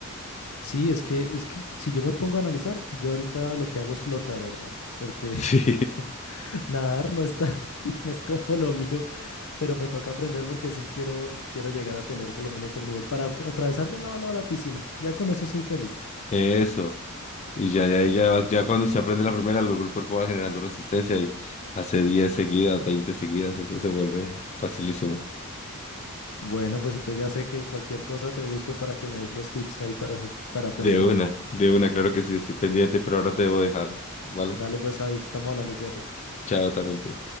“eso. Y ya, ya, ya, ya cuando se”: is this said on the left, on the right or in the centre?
Left